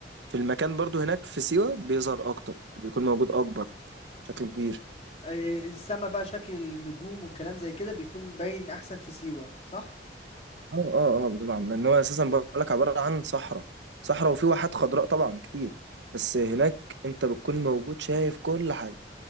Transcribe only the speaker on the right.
في المكان برضو هناك في سيوة بيظهر أكتر وبيكون موجود أكبر بشكل كبير
اه اه اه طبعا لأن هو أساسا بقولك عبارة عن صحراء صحراء وفي واحات خضراء طبعا كتير بس هناك أنت بتكون موجود شايف كل حاجة